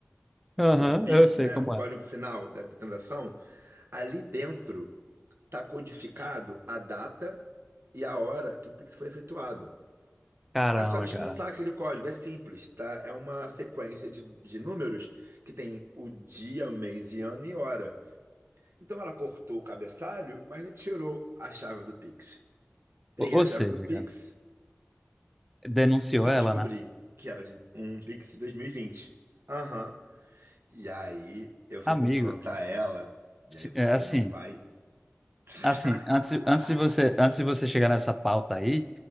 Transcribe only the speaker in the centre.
<laughs> aham,
eu sei
como
é.
Caramba,
cara.
Ou, ou
seja,
cara, denunciou
ela,
né?
Amigo,
se-
é assim.
Assim, antes, antes de você, antes de você chegar nessa pauta aí,